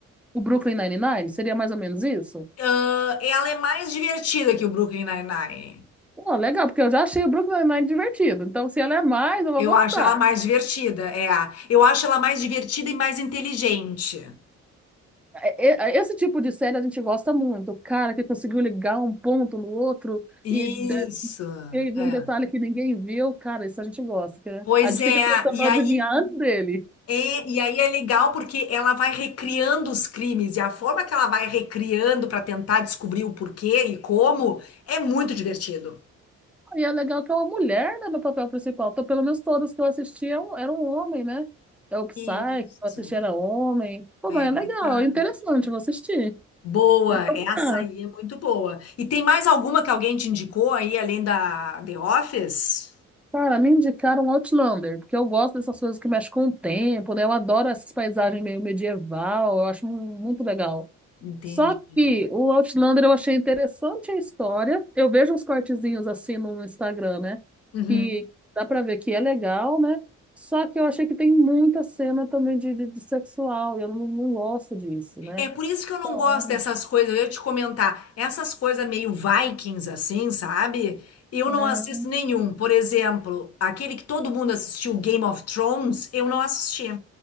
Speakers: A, in the centre; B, on the left.
A: O Brooklyn Nine-Nine, seria mais ou menos isso?
B: Ah, ela é mais divertida que o Brooklyn Nine-Nine.
A: Pô, legal, porque eu já achei o Brooklyn Nine-Nine divertido. Então, se ela é mais, eu vou
B: Eu
A: gostar.
B: acho ela mais divertida, é a. Eu acho ela mais divertida e mais inteligente.
A: É, é, é, Esse tipo de série a gente gosta muito. O cara que conseguiu ligar um ponto no outro
B: Isso.
A: e Eu vi
B: É.
A: um detalhe que ninguém viu, cara, isso a gente gosta, né?
B: Pois
A: A gente
B: é,
A: fica tentando
B: e
A: adivinhar
B: aí
A: antes dele.
B: é, e aí é legal porque ela vai recriando os crimes e a forma que ela vai recriando para tentar descobrir o porquê e como é muito divertido.
A: E é legal que é uma mulher, né, no papel principal. Então, pelo menos todos que eu assisti eram, eram um homem, né? É o Psy,
B: Isso,
A: que eu assisti era homem. Pô,
B: é
A: mas é legal,
B: verdade.
A: é interessante, eu vou assistir.
B: Boa,
A: Vou procurar.
B: essa aí é muito boa. E tem mais alguma que alguém te indicou aí, além da The Office?
A: Cara, me indicaram Outlander, porque eu gosto dessas coisas que mexem com o tempo, né? Eu adoro essas paisagens meio medieval, eu acho mu- muito legal.
B: Entendi.
A: Só que o Outlander eu achei interessante a história. Eu vejo uns cortezinhos assim no Instagram, né?
B: Uhum.
A: Que dá pra ver que é legal, né? Só que eu achei que tem muita cena também de, de, de sexual, e eu não, não gosto disso, né?
B: É por isso que eu não
A: Então,
B: gosto dessas coisas. Eu ia te comentar, essas coisas meio Vikings, assim, sabe? Eu
A: é,
B: não assisto nenhum. Por exemplo, aquele que todo mundo assistiu, Game of Thrones, eu não assisti.